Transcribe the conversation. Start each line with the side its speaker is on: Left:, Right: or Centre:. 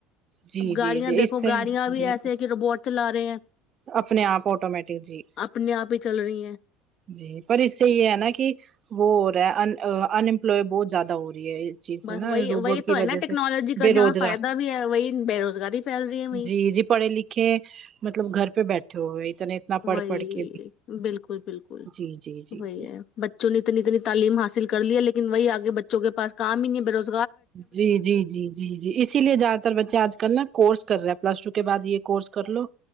Right: جی
Left: اب
Right: جی
Left: گاڑیاں
Right: جی جی
Left: دیکھو
Right: اس سے
Left: گاڑیاں بھی
Right: جی
Left: ایسے ہیں کہ روبوٹ چلا رہے ہیں
Right: اپنے آپ آٹومیٹک جی
Left: اپنے آپ ہی چل رہی ہیں
Right: جی پر اس سے یہ ہے نا کہ وہ ہو رہا ہے انمپلائے بہت زیادہ ہو رہی ہے چیز
Left: بس
Right: ہے نا
Left: وہی
Right: روبوٹ
Left: وہی
Right: کی
Left: تو
Right: وجہ
Left: ہے نا ٹیکنالوجی
Right: سے بے
Left: کا
Right: روزگار
Left: جہاں فائدہ بھی ہے وہی بے روزگاری پھیل رہی ہے وہی
Right: جی جی پڑھے لکھے کہ مطلب گھر پہ بیٹھے ہوئے اتنے اتنا پڑھ
Left: وہی
Right: پڑھ کے بھی
Left: بالکل بالکل
Right: جی جی جی جی
Left: وہی ہے بچوں نے اتنی اتنی تعلیم حاص کر لن وہی آگے بچوں کےاس کام ہی نہیں ہےو
Right: جی جی جی جی جی اسی لیے زیاد تر بچے آج کل نا کورس کر رہے ہیں پلس ٹو کے بعد یہ کر لو